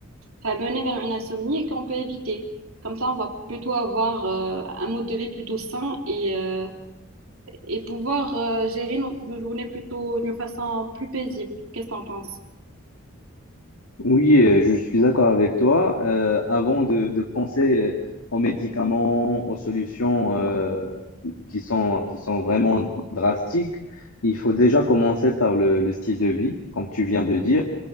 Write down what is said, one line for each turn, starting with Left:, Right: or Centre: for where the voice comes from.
Right: enfin, mener vers une insomnie et qu'on peut éviter. Comme ça, on va plutôt avoir euh, un mode de vie plutôt sain et, euh, et pouvoir euh, gérer nos, nos journées plutôt d'une façon plus paisible. Qu'est-ce que t'en penses?
Left: Oui, euh, je suis d'accord avec toi. Euh, avant de, de penser euh, aux médicaments, aux solutions euh, qui sont, qui sont vraiment drastiques, il faut déjà commencer par le, le style de vie, comme tu viens de dire,